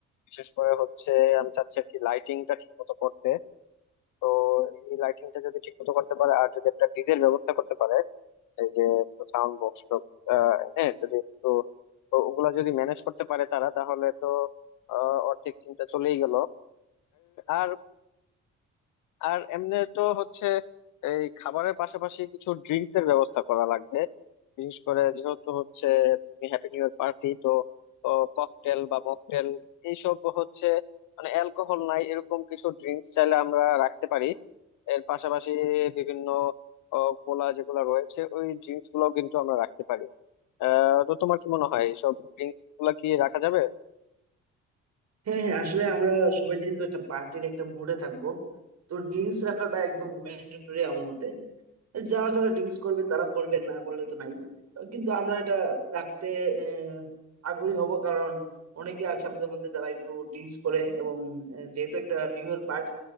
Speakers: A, on the left; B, on the right.
A: বিশেষ করে হচ্ছে আমি চাচ্ছি আর কি লাইটিংটা ঠিক মতো করতে তো এই লাইটিংটা যদি ঠিক মতো করতে পারে আর যদি একটা ডিজের ব্যবস্থা করতে পারে এই যে সাউন্ড বক্স টক, আহ, হ্যাঁ যদি একটু তো ওগুলা যদি ম্যানেজ করতে পারে তারা তাহলে তো আহ, অর্ধেক চিন্তা চলেই গেল আর আর এমনি তো হচ্ছে এই খাবারের পাশাপাশি কিছু ড্রিঙ্কস এর ব্যবস্থা করা লাগবে বিশেষ করে যেহেতু হচ্ছে হ্যাপি নিউ ইয়ার পার্টি তো ককটেল বা মকটেল এইসব হচ্ছে মানে অ্যালকোহল নাই এরকম কিছু ড্রিঙ্কস চাইলে আমরা রাখতে পারি এর পাশাপাশি বিভিন্ন ও, কোলা যেগুলো রয়েছে ওই ড্রিঙ্কস গুলো কিন্তু আমরা রাখতে পারি আহ তো তোমার কি মনে হয় এইসব ড্রিঙ্কস গুলা কি রাখা যাবে
B: হ্যাঁ হ্যাঁ আসলে আমরা সবাই যেহেতু একটা পার্টির একটা মুডে থাকবো তো ড্রিঙ্কস রাখাটা একদম ম্যান্ডেটরি আমার মতে যারা যারা ড্রিঙ্কস করবে তারা করবে না করলে তো নাই কিন্তু আমরা এটা রাখতে আহ, আগ্রহী হব কারণ অনেকে আছে আমাদের মধ্যে যারা একটু ড্রিঙ্কস করে এবং আহ, যেহেতু একটা নিউ ইয়ার পার্টি